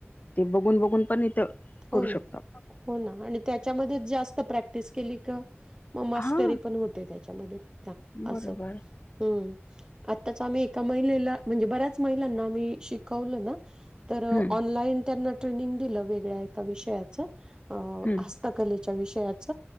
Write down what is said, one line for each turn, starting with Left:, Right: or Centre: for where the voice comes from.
Left: ते बघून बघून पण इथं करू
Right: हो ना,
Left: शकतो.
Right: हो ना आणि त्याच्यामध्येच जास्त प्रॅक्टिस केली का मग मास्टरी
Left: हा
Right: पण होते त्याच्यामध्ये नाय का
Left: बरोबर
Right: असं हम्म आत्ताच आम्ही एका महिलेला म्हणजे बऱ्याच महिलांना आम्ही शिकवलं ना तर
Left: हम्म
Right: ऑनलाईन त्यांना ट्रेनिंग दिलं वेगळ्या एका विषयाचं अ हस्त
Left: हम्म
Right: हस्तकलेच्या विषयाच